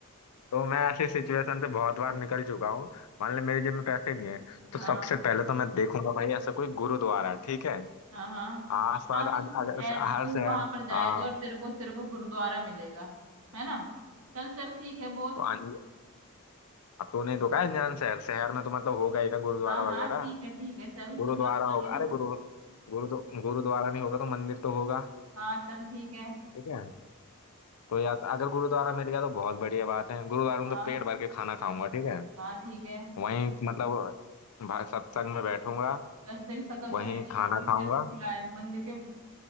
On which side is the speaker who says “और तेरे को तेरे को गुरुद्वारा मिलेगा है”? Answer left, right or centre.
Right